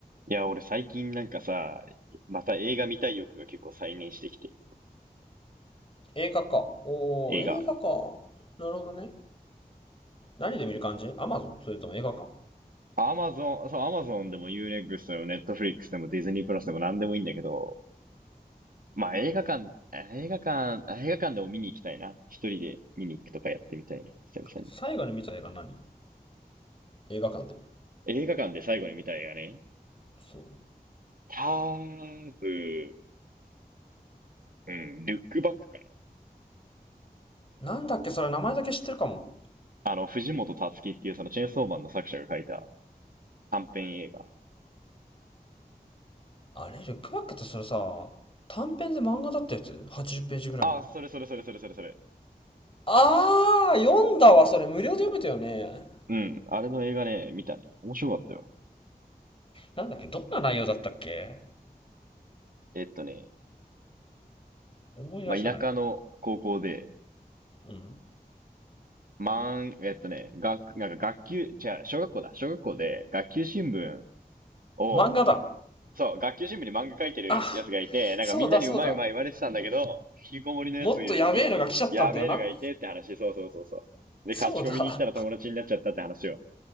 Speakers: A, on the right; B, on the left.
A: いや、俺最近なんかさ、また映画見たい欲が結構再燃してきて、
B: 映画か。おー、
A: 映画。
B: 映画か。なるほどね。何で見る感じアマゾンそれとも映画館
A: アマゾン、そう、アマゾンでも U-NEXT でも Netflix でもディズニープラスでも何でもいいんだけど、まあ映画館、映画館、映画館でも見に行きたいな。一人で見に行くとかやってみたいな、久々に。
B: 最後に見た映画何映画館で。
A: 映画館で最後に見た映画ね。
B: そう。
A: 多分、うん、ルックバックかな。
B: なんだっけそれ名前だけ知ってるかも。
A: あの、藤本つ樹っていうそのチェーンソーマンの作者が書いた短編映画。
B: あれルックバックってそれさ、短編で漫画だったやつ ?80 ページぐらいの。
A: あ、それそれそれそれそれそれ。
B: あー、読んだわ。それ無料で読めたよね。
A: うん、あれの映画ね、見たね。面白かったよ。
B: なんだっけどんな内容だったっけ
A: えっとね、
B: 思い出せない。
A: まあ、田舎の高校で、
B: うん。
A: まん、えっとね、学、なんか学級、違う、小学校だ。小学校で学級新聞を、
B: 漫画だ。
A: そう、学級新聞に漫画書いてるやつがいて、
B: あ、
A: なんかみんなにうまいうまい言われてたんだけど、
B: そうだそうだ。
A: 引きこもりのやつに、
B: もっとやべえのが来ちゃったんだよな。
A: やべえのがいてって話、そうそうそうそう。で、
B: そうだ。
A: 勝ち込みに行ったら友達になっちゃったって話を。